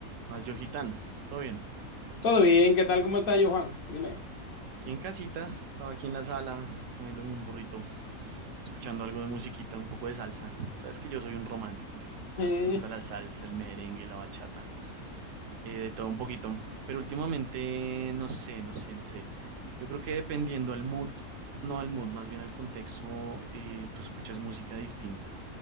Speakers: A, on the right; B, on the left.
A: Más Yojitán, todo bien.
B: Todo bien, ¿qué tal? ¿Cómo está yo, Juan? Dime.
A: Aquí en casita, estaba aquí en la sala comiéndome un burrito, escuchando algo de musiquita, un poco de salsa. Sabes que yo soy un romántico, men. Me
B: Mm,
A: gusta la salsa, el merengue, la bachata, eh, de todo un poquito. Pero últimamente, no sé, no sé, no sé. Yo creo que dependiendo al mood, no al mood, más bien al contexto, eh, tú escuchas música distinta.